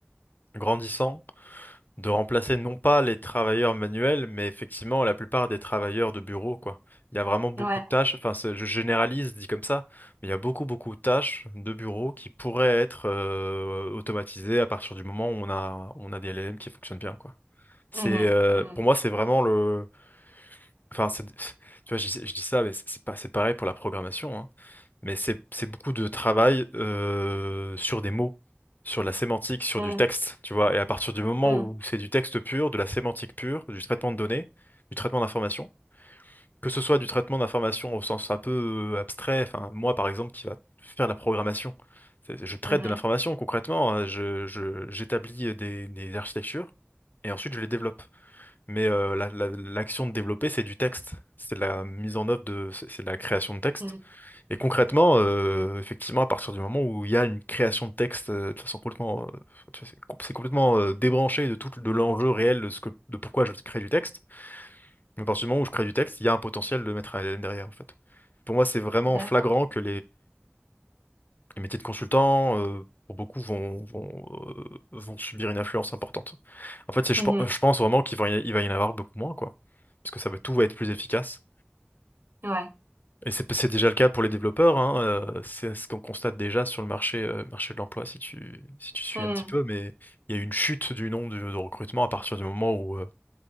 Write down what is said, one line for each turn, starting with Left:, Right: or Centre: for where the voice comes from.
Left: grandissant de remplacer non pas les travailleurs manuels, mais effectivement la plupart des travailleurs de bureau, quoi. Il y a vraiment beaucoup
Right: Ouais.
Left: de tâches. Enfin, c'est- je généralise, dit comme ça, mais il y a beaucoup beaucoup de tâches de bureau qui pourraient être euh, automatisées à partir du moment où on a on a des LLM qui fonctionnent bien, quoi. C'est
Right: Mhm.
Left: euh,
Right: Mhm.
Left: pour moi, c'est vraiment le Enfin, c'est, tu vois, je, dis je dis ça, mais c'est c'est pas, c'est pareil pour la programmation, hein. Mais c'est, c'est beaucoup de travail euh, sur des mots, sur de la sémantique, sur
Right: Mhm.
Left: du texte, tu vois. Et à partir du moment
Right: Mhm.
Left: où c'est du texte pur, de la sémantique pure, du traitement de données, du traitement d'informations, que ce soit du traitement d'informations au sens un peu abstrait, enfin, moi par exemple, qui va faire la programmation, c'est- je traite
Right: Mhm.
Left: de l'information concrètement, hein. je, je- j'établis des, des architectures et ensuite je les développe. Mais euh, la- la- l'action de développer, c'est du texte. C'est de la mise en œuvre de, c'est c'est de la création de texte.
Right: Mhm.
Left: Et concrètement, euh, effectivement, à partir du moment où il y a une création de texte euh, de façon complètement, euh, tu vois, c'est com- c'est complètement euh, débranché de tout de l'enjeu réel de ce que, de pourquoi je crée du texte. Mais à partir du moment où je crée du texte, il y a un potentiel de mettre un L L M derrière, en fait. Pour moi, c'est vraiment
Right: D'accord.
Left: flagrant que les métiers de consultant, euh, pour beaucoup, vont, vont, euh, vont subir une influence importante. En fait, c'est- je,
Right: Mhm.
Left: pen- je pense vraiment qu'il va, y- il va y en avoir beaucoup moins, quoi. Parce que ça va, tout va être plus efficace.
Right: Ouais.
Left: Et c'est c'est déjà le cas pour les développeurs, hein, euh, c'est ce qu'on constate déjà sur le marché, euh, marché de l'emploi, si tu, si tu suis
Right: Mhm.
Left: un petit peu, mais il y a eu une chute du nombre de, de recrutements à partir du moment où, euh,